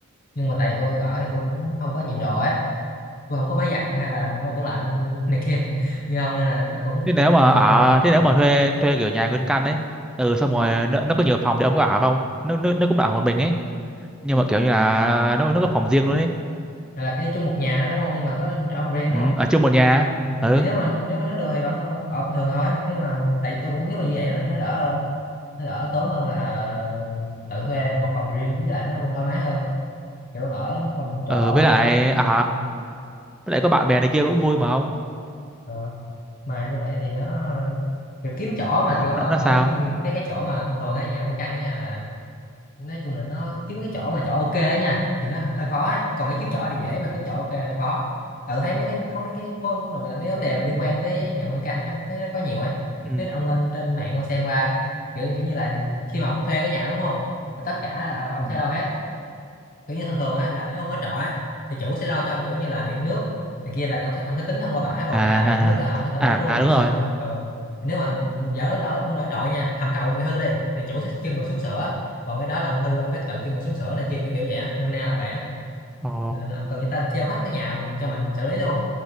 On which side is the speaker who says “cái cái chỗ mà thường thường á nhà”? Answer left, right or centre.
Left